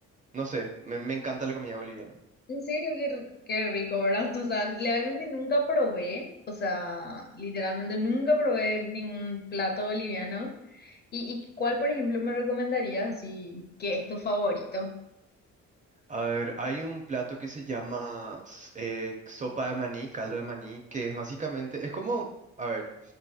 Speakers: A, on the right (about 25°); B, on the left (about 35°).
A: no sé, me, me encanta la comida boliviana.
B: En serio, qué, r- qué rico, ¿verdad? <laughs> O sea, realmente nunca probé, o sea, literalmente nunca probé ningún plato boliviano. ¿Y, y cuál, por ejemplo, me recomendarías así que es tu favorito?
A: A ver, hay un plato que se llama s- eh, sopa de maní, caldo de maní, que es básicamente, es como, a ver,